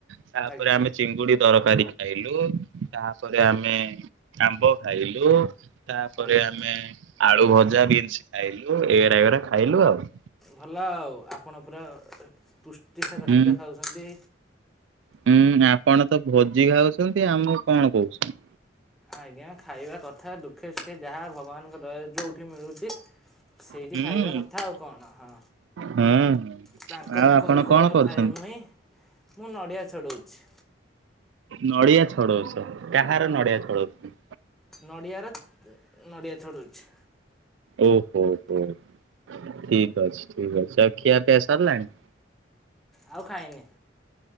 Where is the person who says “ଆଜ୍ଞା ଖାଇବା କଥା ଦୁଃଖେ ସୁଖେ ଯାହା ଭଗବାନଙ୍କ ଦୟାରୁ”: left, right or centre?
Centre